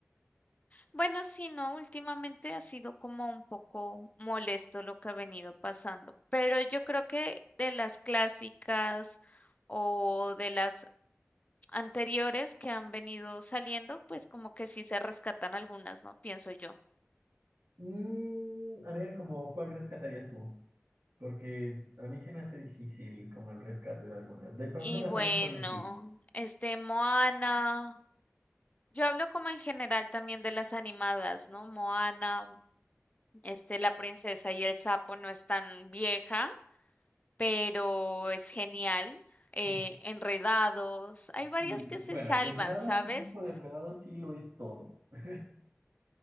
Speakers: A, on the left; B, on the right.
A: Bueno, sí, no, últimamente ha sido como un poco molesto lo que ha venido pasando, pero yo creo que de las clásicas o de las anteriores que han venido saliendo, pues como que sí se rescatan algunas, ¿no? Pienso yo.
B: Mm, a ver, como, ¿cuál rescatarías tú? Porque a mí se me hace difícil como el rescate de algunas. De pronto
A: Y
B: la
A: bueno,
B: salven con Stitch.
A: este Moana, yo hablo como en general también de las animadas, ¿no? Moana, este La princesa y el sapo no es tan vieja, pero es genial. Eh,
B: Mm,
A: Enredados, hay varias
B: Sí,
A: que se
B: bueno,
A: salvan,
B: enredado
A: ¿sabes?
B: sí, por enredado sí lo es todo. <laughs>